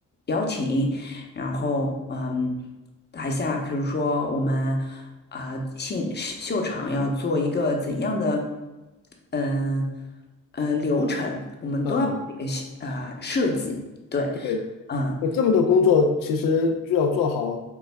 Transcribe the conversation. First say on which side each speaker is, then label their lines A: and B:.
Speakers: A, on the left; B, on the left.
A: 邀请，然后嗯，台下比如说我们啊、秀秀场要做一个怎样的嗯嗯、呃流程，我们都要做一个啊、
B: 嗯，
A: 设计，对，
B: 对。
A: 嗯。
B: 那这么多工作，其实就要做好